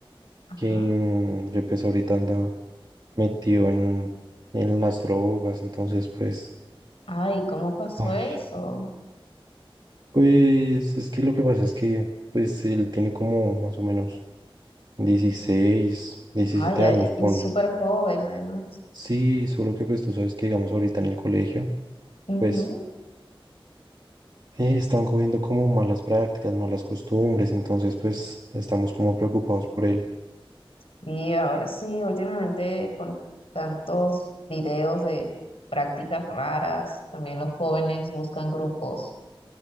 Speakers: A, on the left; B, on the right.
A: Ajá.
B: que, mm, que, pues ahorita anda metido en, en las drogas, entonces pues,
A: Ay, ¿cómo pasó
B: ay,
A: eso?
B: pues es que lo que pasa es que, pues él tiene como más o menos 16, 17
A: Ay, ay,
B: años,
A: y
B: ponle.
A: súper joven además.
B: Sí, solo que pues tú sabes que digamos ahorita en el colegio.
A: Ujú.
B: Pues eh, están cogiendo como malas prácticas, malas costumbres, entonces pues estamos como preocupados por él.
A: Y ahora sí, últimamente con tantos videos de prácticas raras, también los jóvenes buscan grupos.